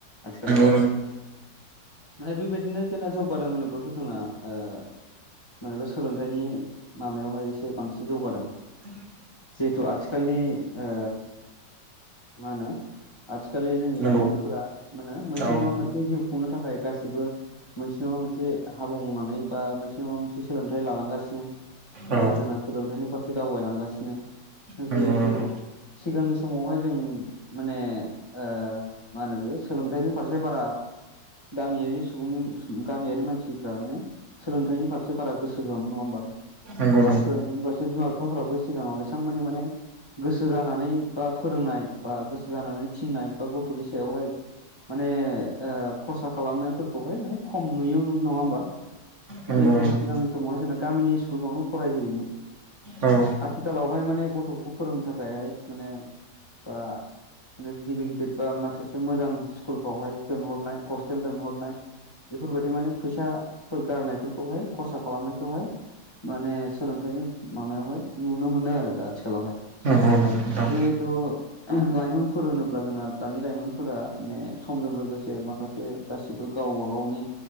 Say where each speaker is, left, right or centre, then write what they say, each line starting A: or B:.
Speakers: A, on the left; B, on the right.
A: आथिखालावहाय
B: नंगौ
A: माने बेबायदिनो जोंना जौगादों होनोब्लाथ' जोंना ओ मानेबा सोलोंथाइनि मामायावहाय एसे बांसिन जौगादों
B: <unintelligible>
A: जिहेथु आथिखालनि ओ मानो आथिखालनि जोंनि
B: नंगौ
A: लाइमोनफोरा
B: नंगौ
A: मानो मोनसे
B: औ
A: नङा मोन जिउ खुंनो थाखाय गासिबो मोनसे नङा मोनसे हाब बुंनानै बा मोनसे नङा मोनसे सोलोंथाइ लालांगासिनो बा
B: औ
A: जोंना सोलोंथाइनि फारसे दावबायलांगासिनो
B: नंगौ
A: जिहेथु
B: नंगौ
A: सिगांनि समावहाय जों माने ओ मा होनो बे सोलोंथाइनि फारसे बारा गामियारि सुबुंनि सु गामियारि मानसिफ्रा माने सोलोंथाइनि फारसे बारा गोसो होआमोन नङा होमबा?
B: नंगौ
A: बा सोलोंथि फारसे बिमा बिफाफ्राबो सिगाङाव एसां मानानि माने गोसो जानानै बा फोरोंनाय बा गोसो जानानै थिननाय बा गथ'नि सायावहाय माने खरसा खालामनायफोरखौहाय माने खम नुयो नङा होमबा
B: नंगौ
A: जिहेतु
B: नंगौ
A: सिगांनि समावहाय जोंना गामिनि <unintelligible> आवनो फरायहोयोमोन
B: औ।
A: आथिखालावहाय माने गथ'खौ फोरोंनो थाखायहाय माने बा माने गिदिर गिदिर बा माखासे मोजां स्कुलफ्रावहाय दोनहरनाय हस्टेल दोनहरनाय बेफोरबायदि माने फैसा फोर गारनायफोरखौहाय खरसा खालामनायखौहाय माने सोलोंथाइनि माबायावहाय नुनो मोनदों आरो दा आथिखालावहाय
B: नंगौ नोंथां
A: जिहेतु
B: नंगौ
A: लाइमोनफोर होनोब्ला जोंना दानि लाइमोनफोरा माने समजों लोगोसे माखासे गासिबो गावबा गावनि